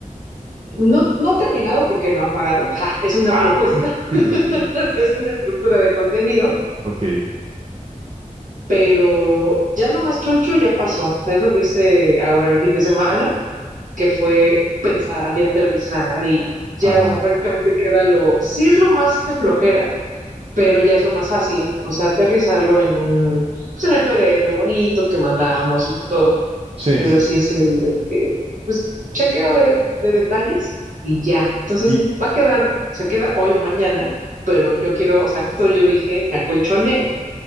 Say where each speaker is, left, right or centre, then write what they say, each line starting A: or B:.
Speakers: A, on the right; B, on the right.
A: No, no terminado porque no han pagado, ¡Ja! es una
B: Ah,
A: propuesta,
B: <laughs>
A: <laughs>
B: ok,
A: es una estructura de contenido,
B: ok,
A: pero ya lo más choncho ya pasó. O sea, eso lo hice ahora el fin de semana, que fue pensar y aterrizar y ya,
B: ajá,
A: o sea, prácticamente queda lo, sí es lo más de flojera, pero ya es lo más fácil, o sea, aterrizarlo en un, pues en el PDF bonito que mandamos y todo,
B: sí,
A: pero
B: sí,
A: sí es el, el que, pues, chequeo de, de detalles y ya. Entonces
B: sí.
A: va a quedar, o sea, queda hoy o mañana, pero yo quiero, o sea, justo yo dije, me acolchoné,